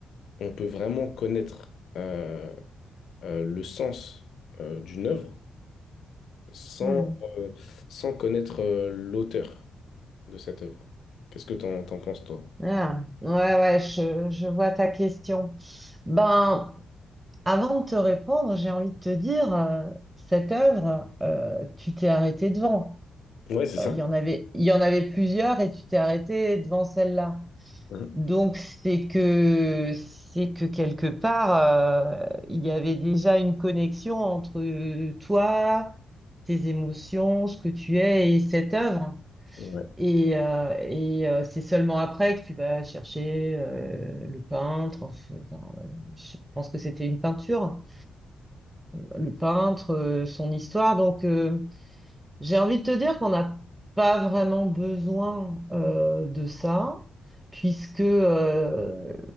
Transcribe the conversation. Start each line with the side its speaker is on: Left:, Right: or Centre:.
Left: on peut vraiment connaître euh, euh, le sens euh, d'une œuvre sans,
Right: Hmm.
Left: euh, sans connaître euh, l'auteur de cette œuvre? Qu'est-ce que t'en, t'en penses, toi?
Right: Ah, ouais, ouais, je, je vois ta question. Ben, avant de te répondre, j'ai envie de te dire, euh, cette œuvre, euh, tu t'es arrêté devant.
Left: Ouais, c'est
Right: Euh,
Left: ça.
Right: Il y en avait, il y en avait plusieurs et tu t'es arrêté devant celle-là.
Left: Mhm.
Right: Donc, c'est que, c'est que quelque part, euh, il y avait déjà une connexion entre euh, toi, tes émotions, ce que tu es et cette œuvre.
Left: Ouais.
Right: Et, euh, et euh, c'est seulement après que tu vas chercher euh, le peintre. enfin, enfin, euh, je pense que c'était une peinture. hein. Euh, le peintre, euh, son histoire. Donc, euh, j'ai envie de te dire qu'on n'a pas vraiment besoin euh, de ça, puisque euh,